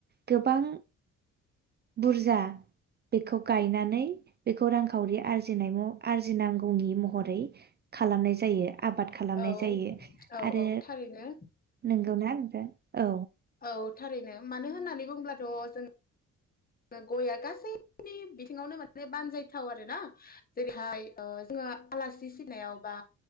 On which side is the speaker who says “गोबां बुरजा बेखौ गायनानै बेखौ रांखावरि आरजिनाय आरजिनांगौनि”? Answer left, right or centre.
Right